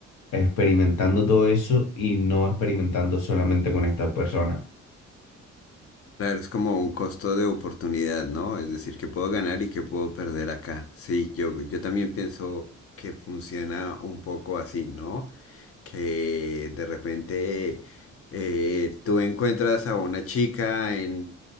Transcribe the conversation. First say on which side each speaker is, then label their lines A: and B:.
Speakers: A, on the left (about 85°); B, on the left (about 50°).
A: experimentando todo eso y no experimentando solamente con esta persona.
B: Claro, es como un costo de oportunidad, ¿no? Es decir, que puedo ganar y que puedo perder acá. Sí, yo, yo también pienso que funciona un poco así, ¿no? Que de repente eh, tú encuentras a una chica en,